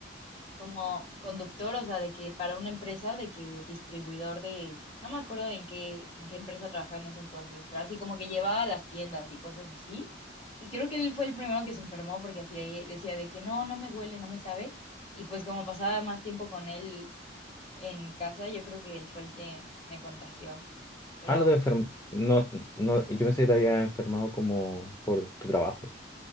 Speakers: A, on the left; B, on the left.
A: como conductor, o sea, de que para una empresa, de que distribuidor de, no me acuerdo en qué, en qué empresa trabajaba en ese entonces, pero así como que llevaba a las tiendas y cosas así. Y creo que él fue el primero que se enfermó porque así ahí decía de que no, no me huele, no me sabe. Y pues como pasaba más tiempo con él en casa, yo creo que él fue el que me contagió. Pero
B: Ah, no te enfermo. No, no, yo pensé que te había enfermado como por tu trabajo,